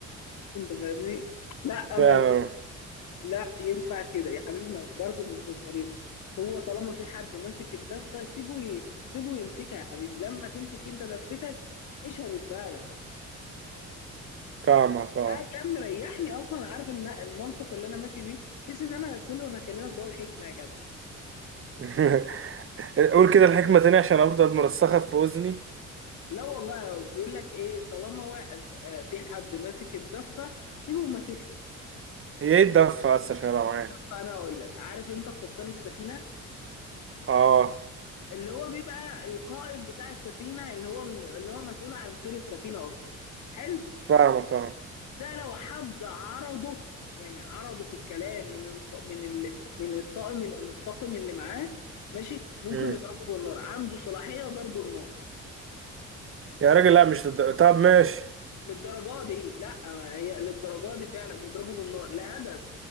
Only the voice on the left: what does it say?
انت فاهمني لا
ما ينفعش لا ينفع كده يا حبيبي ما برضه مش بالطريقه هو طالما في حد ماسك الدفه سيبه ي- سيبه يمسكها يا حبيبي لما تمسك انت دفتك عيشها بدماغك
ده كان مريحني اصلا عارف ان المنطق اللي انا ماشي بيه بحيث ان انا كل ما بكلمك بقول حكمه يا جدع
لا والله بيقول لك ايه طالما هو آه، في حد ماسك الدفه سيبه ماسكها
بس انا اقول لك عارف انت قبطان السفينه
اللي هو بيبقى القائد بتاع السفينه اللي هو اللي هو مسؤول عن سير السفينه اصلا حلو
ده لو حد عرضه يعني عرضه في الكلام من الق- من ال... من الطاقم من الطاقم اللي معاه ماشي ممكن
يضربه بالنار عنده صلاحيه ضرب النار
للدرجه دي لا ما هي للدرجه دي فعلا يضربوا بالنار لهدف